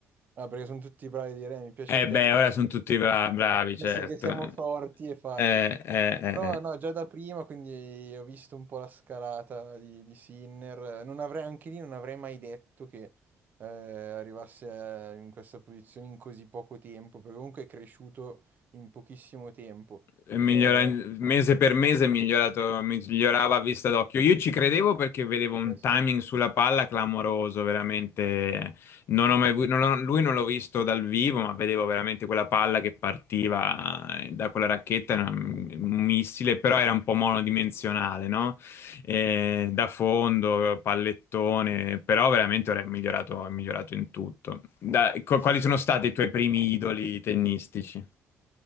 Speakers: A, on the right; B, on the left.
A: Ah, perché sono tutti bravi a dire, "Eh, mi piace
B: Eh
A: il tennis,
B: beh, ora
A: gra-
B: sono tutti bra- bravi,
A: adesso
B: certo.
A: che siamo
B: Eh,
A: forti è facile.
B: eh, eh,
A: Però
B: eh.
A: no, già da prima, quindi ho visto un po' la scalata di, di Sinner. Non avrei, anche lì non avrei mai detto che eh, arrivasse eh, in questa posizione in così poco tempo, perché comunque è cresciuto in pochissimo tempo.
B: è migliora-
A: Cioè,
B: mese per mese è migliorato, migliorava a vista d'occhio. Io ci credevo perché vedevo un
A: eh,
B: timing sulla palla clamoroso, veramente. Non ho mai vu- non ho- lui non l'ho visto dal vivo, ma vedevo veramente quella palla che partiva eh, da quella racchetta, era un un missile, però era un po' monodimensionale, no? Eh, da fondo, pallettone, però veramente ora è migliorato, è migliorato in tutto. Da- qu-
A: sì,
B: quali
A: sì,
B: sono stati i tuoi primi idoli tennistici?